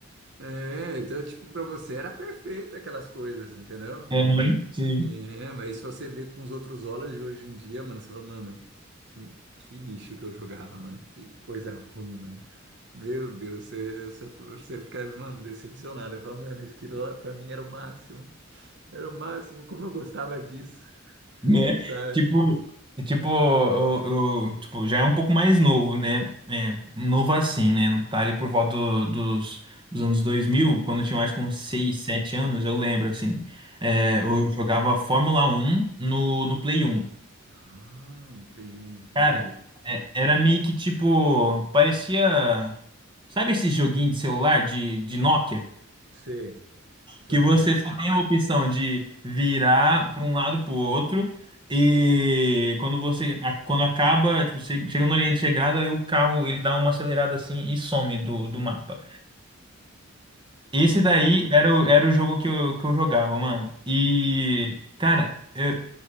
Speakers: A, on the right; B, on the right.
A: É, então, tipo, pra você era perfeito aquelas coisas, entendeu?
B: Uhum, sim.
A: É, mas se você vê com os outros olhos de hoje em dia, mano, você fala, mano, que, que lixo que eu jogava, mano. Que coisa ruim, mano. Meu Deus, você, você, você fica, mano, decepcionado. Eu falo, mano, isso aqui lá pra mim era o máximo. Era o máximo, como eu gostava disso,
B: né?
A: sabe?
B: Tipo, tipo, eu, eu, tipo, já é um pouco mais novo, né? É, novo
A: Hum.
B: assim, né? Tá ali por volta do- dos, dos anos 2000 quando eu tinha, acho que uns 6, 7 anos, eu lembro, assim. É,
A: Hum.
B: eu jogava Fórmula Um no, no Play 1.
A: Ah, um Play um, meu
B: Cara,
A: Deus.
B: é- era meio que tipo, parecia... Sabe esse joguinho de celular de, de Nokia?
A: Sei, tô
B: que você
A: ligado.
B: só tem a opção de virar para um lado para o outro e quando você a- quando acaba, tipo, você chega na linha de chegada e o carro ele dá uma acelerada assim e some do, do mapa. Esse
A: Nossa.
B: daí era o, era o jogo que eu, que eu jogava, mano. E cara, eu,